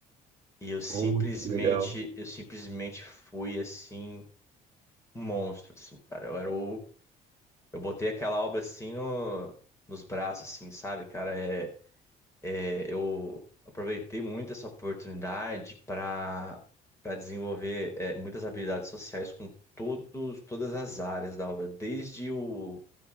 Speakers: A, on the left (about 15°); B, on the right (about 35°).
A: E eu simplesmente,
B: Oh, que legal.
A: eu simplesmente fui assim um monstro, assim, cara. Eu era o. Eu botei aquela obra assim no, nos braços, assim, sabe, cara? É, é, eu aproveitei muito essa oportunidade para para desenvolver é, muitas habilidades sociais com todos, todas as áreas da obra, desde o,